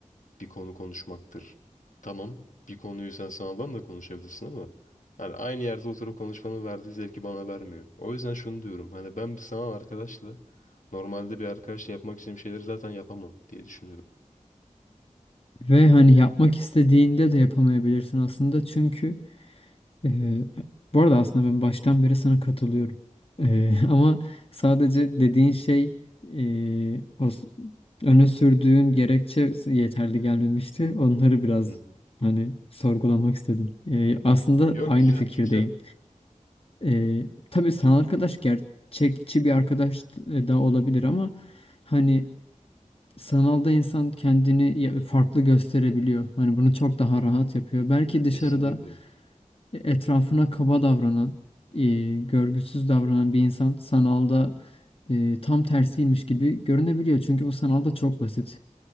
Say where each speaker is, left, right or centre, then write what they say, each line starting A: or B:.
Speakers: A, on the left; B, on the left.
A: bir konu konuşmaktır. Tamam, bir konuyu sen sanaldan da konuşabilirsin ama hani aynı yerde oturup konuşmanın verdiği zevki bana vermiyor. O yüzden şunu diyorum. Hani ben bir sanal arkadaşla normalde bir arkadaşla yapmak istediğim şeyleri zaten yapamam diye düşünüyorum.
B: Ve hani yapmak istediğinde de yapamayabilirsin aslında çünkü Ee, bu arada aslında ben baştan beri sana katılıyorum. Ee, <laughs> ama sadece dediğin şey e, o s- öne sürdüğün gerekçe yeterli gelmemişti. Onları biraz
A: Hı hı.
B: hani sorgulamak istedim. Ee, aslında
A: Yok
B: aynı
A: güzel,
B: fikirdeyim.
A: güzel.
B: Ee, tabii sanal arkadaş gerçekçi bir arkadaş e, da olabilir ama hani sanalda insan kendini ya- farklı gösterebiliyor. Hani bunu çok daha rahat yapıyor. Belki dışarıda
A: Kesinlikle.
B: e, etrafına kaba davranan, e, görgüsüz davranan bir insan sanalda e, tam tersiymiş gibi görünebiliyor. Çünkü bu sanalda çok basit.